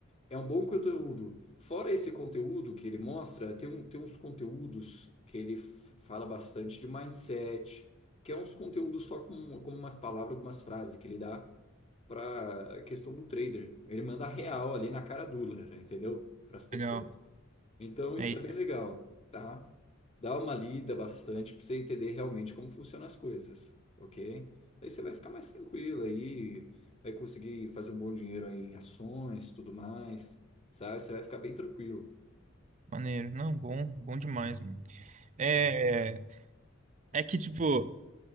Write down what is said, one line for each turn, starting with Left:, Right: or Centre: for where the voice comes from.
Left: É um bom conteúdo. Fora esse conteúdo que ele mostra, tem, um, tem uns conteúdos que ele f- fala bastante de mindset, que é uns conteúdos só com, com umas palavras, algumas frases que ele dá para a questão do trader. Ele manda real ali na cara dura, entendeu? Para as pessoas.
Right: legal.
Left: Então
Right: É
Left: isso
Right: isso.
Left: é bem legal, tá? Dá uma lida bastante para você entender realmente como funcionam as coisas, ok? Aí você vai ficar mais tranquilo aí, vai conseguir fazer um bom dinheiro aí em ações, tudo mais, sabe? Você vai ficar bem tranquilo.
Right: Maneiro. Não, bom, bom demais, mano. É, é que, tipo,